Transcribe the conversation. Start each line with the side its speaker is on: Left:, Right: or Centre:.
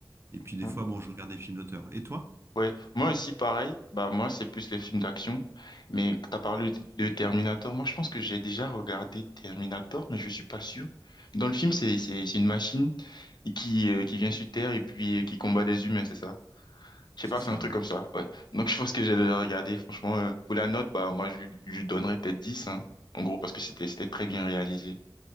Right: et puis des
Left: Hein
Right: fois bon, je regarde des films d'auteur. Et toi?
Left: Ouais. Moi aussi, pareil. Bah, moi, c'est plus les films d'action. Mais tu as parlé de Terminator. Moi, je pense que j'ai déjà regardé Terminator, mais je suis pas sûr. Dans le film, c'est, c'est, c'est une machine qui, euh, qui vient sur Terre et puis euh, qui combat des humains, c'est ça? Je
Right: C'est
Left: sais pas,
Right: ça,
Left: c'est un truc
Right: oui.
Left: comme ça, ouais. Donc je pense que j'ai déjà regardé, franchement, euh, pour la note, bah moi je lui je lui donnerais peut-être 10, hein, en gros, parce que c'était c'était très bien réalisé.